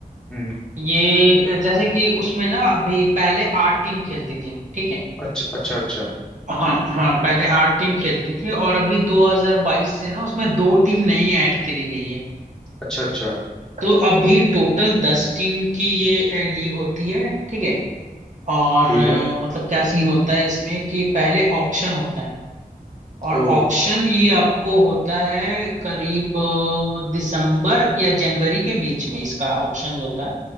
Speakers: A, in the centre; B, on the right.
A: हम्म
B: ये जैसे कि उसमें ना अभी पहले आठ टीम खेलती थी ठीक है
A: अच्छा अच्छा अच्छा
B: हाँ हाँ पहले आठ टीम खेलती थी और अभी 2022 से ना उसमें दो टीम नई ऐड करी गई है
A: अच्छा अच्छा
B: तो अभी टोटल दस टीम की ये लीग होती है ठीक है और
A: ठीक
B: अ,
A: है
B: मतलब क्या सीन होता है इसमें कि पहले ऑक्शन होता है और
A: ओ
B: ऑक्शन ये आपको होता है करीब अ, दिसंबर या जनवरी के बीच में इसका ऑक्शन जो होता है